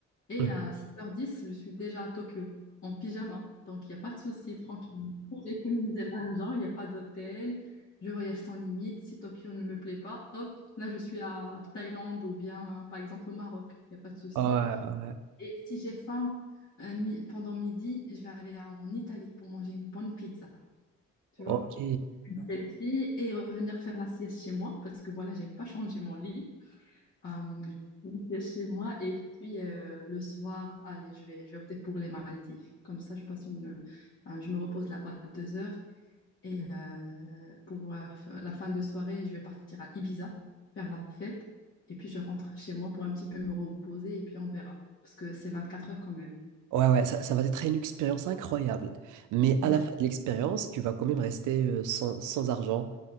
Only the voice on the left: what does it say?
et
à sept heures dix, je suis déjà à Tokyo en pyjama. Donc il n'y a pas de souci, tranquille. J'ai économisé l'argent, il n'y a pas d'hôtel, je voyage sans limite. Si Tokyo ne me plaît pas, hop, là je suis à Thaïlande ou bien par exemple au Maroc, il n'y a pas de souci.
Et si j'ai faim euh, mi- pendant midi, je vais aller en Italie pour manger une bonne pizza tu
vois, une selfie et revenir faire la sieste chez moi parce que voilà, j'ai pas changé mon lit. Euh, je fais la sieste chez moi et puis euh, le soir, allez, je vais, je vais opter pour les Maldives. Comme ça, je passe une, enfin, je me repose là-bas deux heures et euh, pour euh, la fin de soirée, je vais partir à Ibiza faire la fête et puis je rentre chez moi pour un petit peu me reposer et puis on verra parce que c'est 24 heures quand même.
Ouais,